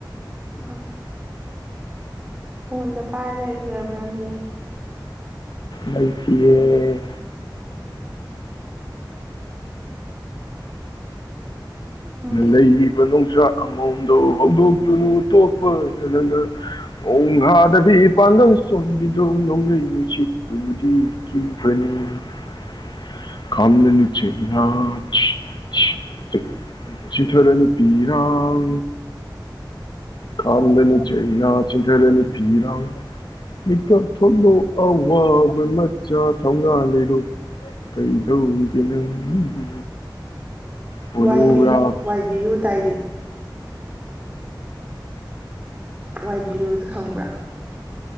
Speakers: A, on the right; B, on the left.
A: ꯋꯥ ꯐꯣꯟꯗ ꯄꯥꯏꯔ ꯂꯩꯈ꯭ꯔꯕ꯭ꯔꯃꯤ
B: ꯂꯩꯇꯤꯌꯦ
A: ꯎꯝ
B: ꯂꯩꯔꯤꯕ ꯍꯧꯣꯛꯄꯕꯤ ꯄꯥꯡꯒꯜꯡꯂꯨ ꯁꯤꯤꯊꯔ ꯅꯨ ꯄꯤꯔꯥꯎ ꯈꯥꯝꯂꯅꯤ ꯆꯩꯅꯥ ꯆꯤꯟꯊꯂꯅꯤ ꯐꯤꯔꯥꯡ ꯃꯤꯀ ꯊꯣꯛꯂꯣ ꯑꯋꯥꯕ ꯃꯆꯥ ꯊꯧꯅꯥ ꯂꯩꯔꯣ ꯀꯩꯗꯧꯒꯦ ꯅꯪꯕꯨ ꯃꯣꯅꯣꯒ꯭ꯔꯥꯐ
A: ꯋꯥꯏꯕꯤ ꯋꯥꯏꯕꯤꯌꯨ ꯗꯥꯏꯔꯤ ꯋꯥꯏ ꯄꯕꯤꯌꯨꯁꯦ ꯈꯪꯕ꯭ꯔꯥ